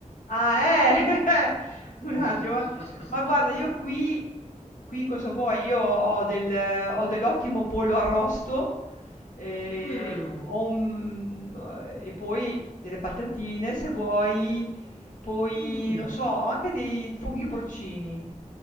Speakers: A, on the left; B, on the left.
A: Ah, eh! <laughs> Un attimo,
B: <laughs>
A: eh. Ma guarda, io qui qui cosa vuoi? Io ho del ho dell'ottimo pollo arrosto, ehm,
B: Mm.
A: ho un eh, e poi delle patatine se vuoi, poi
B: Mm.
A: non so, ho anche dei funghi porcini.